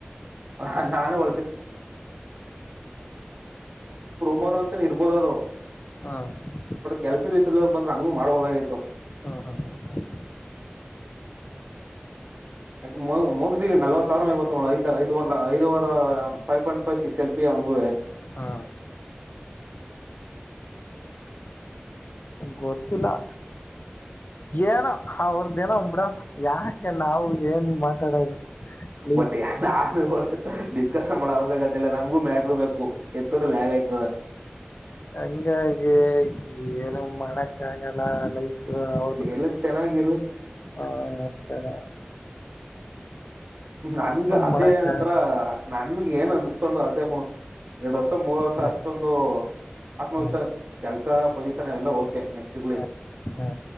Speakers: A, on the right; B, on the left.
A: ನನಗೆ ನಮ್ಮ ಮನೆ ಮಾತ್ರ ಗೊತ್ತು.
B: ಹಾ ಹಾ ಹಾ ಹಾ ಹಾ ಹಾ ಹಾ
A: ಕೆಲಸ ನಾವು ಕೂಡ ಹಾಗೆ ಮಾಡಬಹುದು.
B: ಹ್ ಹ್ ಹ್ ಹ್ ಹ್
A: ಆಕೀ ಮು ಮುಗಿಸಿ ನಲವತ್ತಾರ್ ಮೇಲ್ ಬರ್ತ ಆಯ್ದು ಐದ ಅವರ್ ಐದ ಅವರ್ ಫಾಯಿ ಫಾಂಟ್ ಫಾಯ್ ಸಿಕ್ಸ್ ಎಲ್ಪಿ ಅವನುಗುವೆ
B: ಹಾ ಗೋಥಿಲ್ಲಾ ಎನೋ ಅವರ್ ಎನೋ ಒಂದ್ ಬಿಡಪ್ಪ ಯಾಕ್. ಅದ್ಕೆ ನಾವು ಎನ್ ಮಾತಾಡೋದು. ಲೈಫ್
A: ಬಟ್ ಯಾ ನಾನು ವರ್ತ್. ಚರ್ಚೆ ಮಾಡೋ ಅವಶ್ಯಕಥ ಇಲ್ಲಾ ನಮ್ಗೂ ಮ ಬೇಕು ಎಥುರ್ ಲಾಗ್ ಆಯ್ತಾದೆ
B: ನನ್ಗಗಿ ಎನು ಮಾಡಕ್ಕ್ ಆಗಲ್ಲ ಲಿ ಅ ಅವೃದಕ್
A: ಎಲ್ಲ ಚೆನ್ನಾಗಿರ್ಲಿ
B: ಆ ಅಷ್ಟೇ ಲಾ
A: ಹ್ಮ್ ನಂಗ್ ಅದೇ
B: ಮಾಡಕ
A: ಆಂಧ್ರ್ ನಂಗ್. ಎನ್ ಅನುಷ್ಠುಂಧೋ ಅಧೇ ಮುನಕ್ ಎರಡ್ ವರ್ಷ ಮೂರ್ ವರ್ಷ
B: ಹ
A: ಅಸ್ಟೊಂದು ಆತ್ಮ
B: ಹ
A: ವಿಶ್ವ ಕೆಲ್ಸಾ ಪೋಜಿಶನ ಅವೆಲ್ಲಾ ಓಕೆ ನೆಸ್ಟ್ ಇರ್ಲಿ
B: ಹ ಹ